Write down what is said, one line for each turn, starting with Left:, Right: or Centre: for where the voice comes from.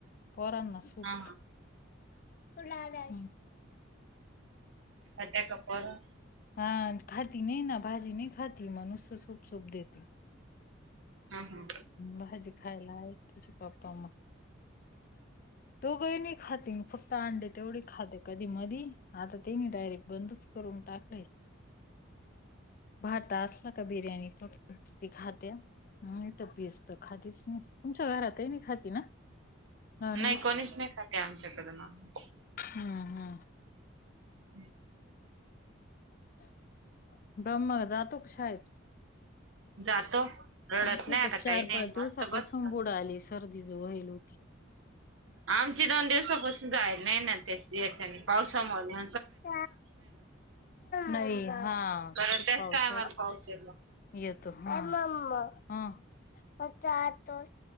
Left: पोरांना
Right: हा
Left: सूप
Right: हा
Left: <inaudible> आला आला.
Right: खात्यात का पोर
Left: हा खाती नाही ना भाजी नाही खाती म नुसत सूप सूप देती
Right: हा
Left: भाजी खायला आहे तेच पप्पा मग तो काही नाही खाती फक्त अंडे तेवढी खाते कधी मधी आता तेनी डायरेक्ट बंदच करून टाकलेय <inaudible> भात असला का बिर्याणी <inaudible> ती खातीये पीस तर खातीच ना‌ तुमच्या घरात आहे मी खाती ना नॉनव्हेज
Right: नाही कोणीस नाही खाते आमच्याकड नॉनव्हेज
Left: हम्म- हम्म
Right: हम्
Left: <inaudible> ब्रह्मा जातो की शाळेत
Right: जातो रडत
Left: आमची
Right: नाही
Left: तर
Right: आता काही
Left: चार
Right: नाही
Left: पाच
Right: मस्त
Left: दिवसापासून
Right: बसत.
Left: बुडली सर्दी ज राहिली होती
Right: आमची दोन दिवसापासून जायला नाही ना ते याच्या पावसामुळे ये
Left: <inaudible> नाही हा
Right: बरं
Left: खूप
Right: त्याच
Left: पाऊस
Right: टायमाला पाऊस येतो
Left: येतो हम <inaudible> म का तो